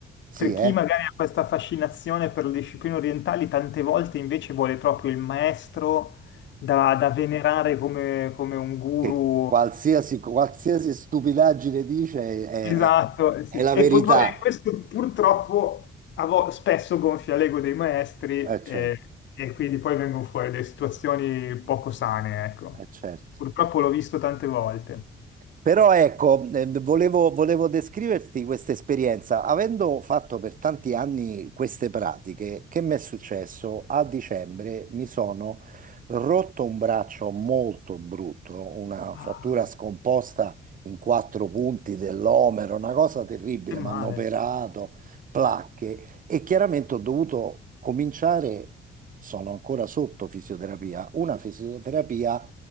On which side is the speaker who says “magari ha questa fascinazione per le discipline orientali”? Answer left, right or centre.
Left